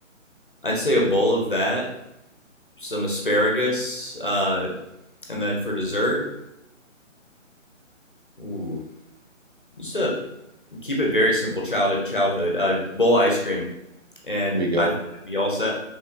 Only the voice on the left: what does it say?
I'd say a bowl of that, some asparagus, uh, and then for dessert, ooh, just to keep it very simple, child childhood, uh, bowl of ice cream, and
I think I'd be all set.